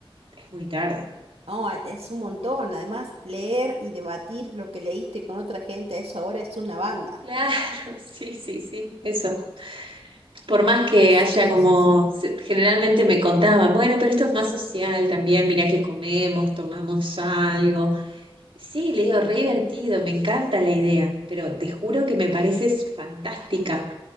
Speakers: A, on the right; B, on the right.
A: Es muy tarde.
B: No, a- es un montón. Además, leer y debatir lo que leíste con otra gente, eso ahora es una banda.
A: Claro, <laughs> sí, sí, sí, eso. Por más que
B: Sí,
A: haya como,
B: sí, sí.
A: se- generalmente me contaban, bueno, pero esto es más social también, mirá que comemos, tomamos algo. Sí, le digo, re divertido, me encanta la idea, pero te juro que me parece s- fantástica.